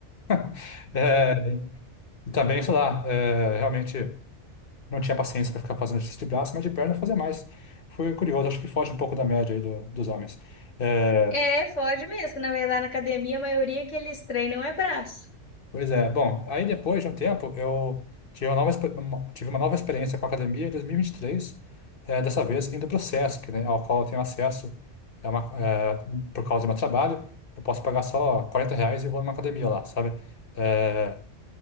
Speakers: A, on the left; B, on the left.
A: <laughs> É, e também, sei lá, é, realmente não tinha paciência para ficar fazendo exercício de braço, mas de perna eu fazia mais. Foi curioso, acho que foge um pouco da média aí do- dos homens. É,
B: É, foge mesmo, que na verdade na academia a maioria que eles treinam é braço.
A: pois é, bom, aí depois de um tempo eu tive uma nova, exper- uma- tive uma nova experiência com a academia em 2023, é, dessa vez indo para o Sesc, né, ao qual eu tenho acesso é uma- é, por causa do meu trabalho. Eu posso pagar só 40 reais e vou numa academia lá, sabe? É,